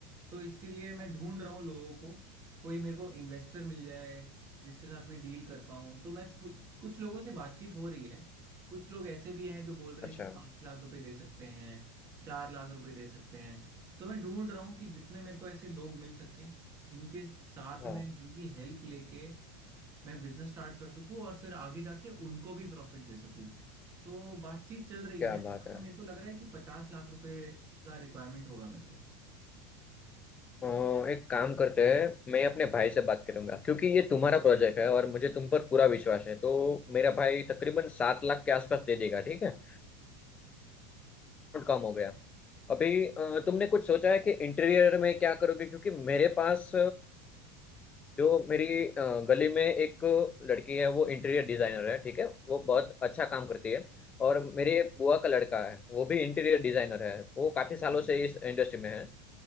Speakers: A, on the right; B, on the left.
A: तो इसीलिए मैं ढूंढ रहा हूँ लोगों को कोई मेरे को इन्वेस्टर मिल जाए जिसके साथ मैं डील कर पाऊँ तो मैं थो- कुछ लोगों से बातचीत हो रही है कुछ लोग ऐसे भी हैं जो बोल रहे
B: अच्छा
A: हैं कि पाँच लाख रुपए दे सकते हैं चार लाख रुपए दे सकते हैं तो मैं ढूंढ रहा हूँ कि जितने मेरे को ऐसे लोग मिल सके जिनके साथ
B: हाँ
A: में जिनकी हेल्प लेके मैं बिजनेस स्टार्ट कर सकूँ और फिर आगे जाके उनको भी प्रॉफिट दे सकूँ तो बातचीत चल रही
B: क्या
A: है
B: बात है
A: मेरे को लग रहा है कि पचास लाख रुपए का रिक्वायरमेंट होगा मेरे
B: अ, एक काम करते हैं मैं अपने भाई से बात करूंगा क्योंकि ये तुम्हारा प्रोजेक्ट है और मुझे तुम पर पूरा विश्वास है तो मेरा भाई तकरीबन सात लाख के आसपास दे देगा ठीक है और कम हो गया अभी अ, तुमने कुछ सोचा है कि इंटीरियर में क्या करोगे क्योंकि मेरे पास जो मेरी अ, गली में एक लड़की है वो इंटीरियर डिजाइनर है ठीक है वो बहुत अच्छा काम करती है और मेरे बुआ का लड़का है वो भी इंटीरियर डिजाइनर है वो काफी
A: को
B: सालों से इस इंडस्ट्री में है